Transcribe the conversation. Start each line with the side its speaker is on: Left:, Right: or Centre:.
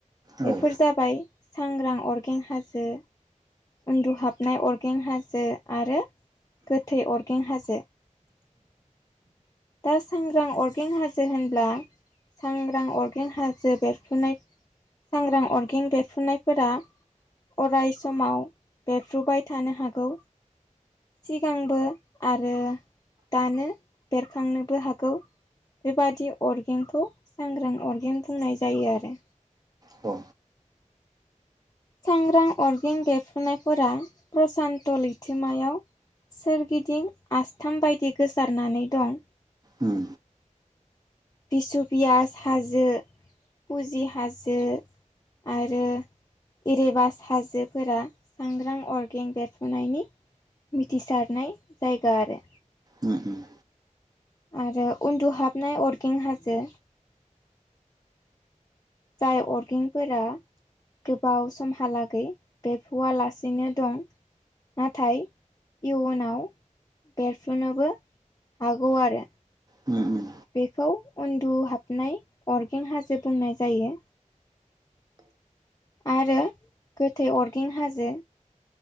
Right: औ
Left: बेफोर जाबाय सांग्रां अरगें हाजो, उन्दुहाबनाय अरगें हाजो आरो गोथै अरगें हाजो। दा सांग्रां अर्गें हाजो होनब्ला सांग्रां अर्गेंन हाजो बेरफुनाय सांग्रां अर्गें बेरफुनायफोरा अराय समाव बेरफ्रुबाय थानो हागौ। सिगांबो आरो दानो बेरखांनोबो हागौ। बेबादि अरगेंखौ सांग्रां अरगें बुंनाय जायो आरो।
Right: औ
Left: सांग्रां अरगें बेफ्रुनायफोरा प्रसान्त' लैथोमायाव सोरगिदिं आथाम बायदि गोसारनानै दं।
Right: उम
Left: बिसु पियास हाजो फुजि हाजो। आरो इरेबास हाजोफोरा सांग्रां अरगें बेरफ्रुनायनि मिथिसारनाय जायगा आरो।
Right: उम उम।
Left: आरो उन्दुहाबनाय अरगें हाजो जाय अरगेंफोरा गोबाव समहालागै बेफुवा लासिनो दं नाथाय इयुनाव बेरफ्रुनोबो हागौ आरो।
Right: उम उम
Left: बेखौ उन्दुहाबनाय अरगें हाजो बुंनाय जायो। आरो गोथै अरगें हाजो